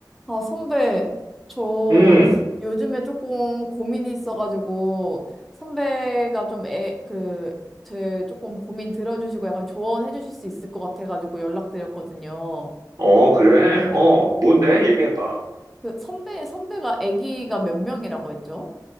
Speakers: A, in the centre; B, on the right.
A: 아, 선배, 저
B: 음,
A: 요즘에 조금 고민이 있어가지고, 선배가 좀 애, 그, 제 조금 고민 들어주시고 약간 조언해 주실 수 있을 것 같아가지고 연락드렸거든요.
B: 어, 그래.
A: 네 네.
B: 어, 뭔데?
A: 그,
B: 얘기해봐.
A: 그 선배, 선배가 아기가 몇 명이라고 했죠?